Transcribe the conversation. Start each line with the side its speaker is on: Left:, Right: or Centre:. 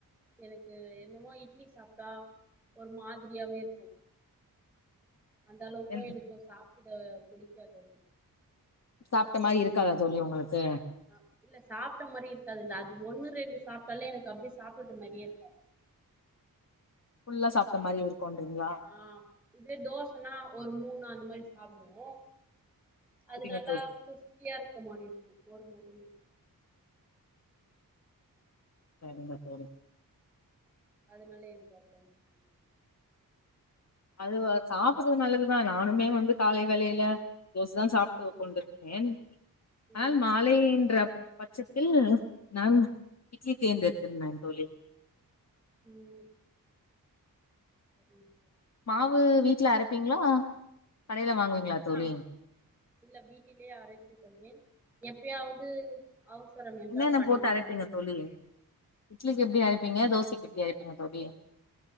Centre: எனக்கு என்னமோ இட்லி சாப்ட்டா ஒரு மாதிரியாவே இருக்கு
Left: <inaudible>
Centre: அந்த அளவுக்கு
Left: என்
Centre: எனக்கும் சாப்பிட பிடிக்காதது
Left: சாப்ட்ட மாரி இருக்காதா தோழி உங்ளுக்கு
Centre: அ இல்ல சாப்ட்ட மாரி இருக்காது இல்ல அது ஒன்னு ரெண்டு சாப்ட்டாலே எனக்கு அப்டியே சாப்பிட்ட மாரியே இருக்கு
Left: ஃபுல்லா சாப்ட்ட மாரி இருக்குன்றீங்ளா
Centre: ஆ இதே தோசனா ஒரு மூன் அந் மாரி சாப்டுவோ அது
Left: புரியுங்க
Centre: நல்லா
Left: தோழி
Centre: கிரிஸ்பியா இருக்க மாரி இருக்கு மொரு மொருன்னு
Left: சரிங்க தோழி
Centre: அதுனால எனக்கு அது ரொம்ப பிடிக்கு
Left: அதுவா சாப்புறது நல்லதுதா நானுமே வந்து காலை வேலைல தோசஸ்தா சாப்ட்டு
Centre: ம்
Left: கொண்ட்ருக்கேன்
Centre: ம்
Left: ஆனால் மாலை இன்றப் பச்சத்தில் நான் இட்லி தேர்ந்தெடுத்திர்ந்தேன் தோழி
Centre: ம் சரி சரி
Left: மாவு வீட்ல அரைப்பீங்ளா கடைல வாங்குவீங்ளா தோழி
Centre: ஆ இல்ல வீட்டிலே அரைத்து கொள்வேன் எப்பயாவது அவசரம் என்றால்
Left: என்னென்ன
Centre: கடையில்
Left: போட்டு அரைப்பீங்க
Centre: வாங்கி கொள்வேன்
Left: தோழி இட்லிக்கு எப்டி அரைப்பீங்க தோசைக்கு எப்டி அரைப்பீங்க தோழி